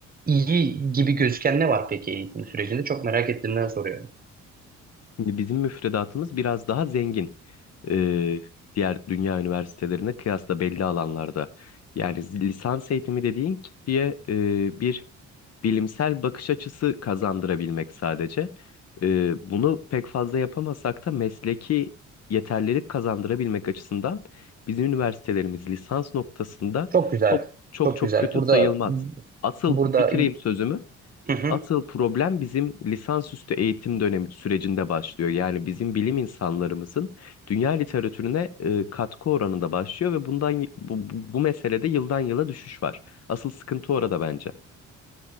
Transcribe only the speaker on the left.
Şimdi bizim müfredatımız biraz daha zengin e, diğer dünya üniversitelerine kıyasla belli alanlarda. Yani lisans eğitimi dediğin kişiye e, bir bilimsel bakış açısı kazandırabilmek sadece. Ee, bunu pek fazla yapamasak da mesleki yeterlilik kazandırabilmek açısından bizim üniversitelerimiz lisans noktasında
çok çok
çok
kötü
sayılmaz. Asıl
bitireyim sözümü.
Asıl problem bizim lisansüstü eğitim dönemi sürecinde başlıyor. Yani bizim bilim insanlarımızın dünya literatürüne e, katkı oranında başlıyor ve bundan y- bu, bu bu meselede yıldan yıla düşüş var. Asıl sıkıntı orada bence.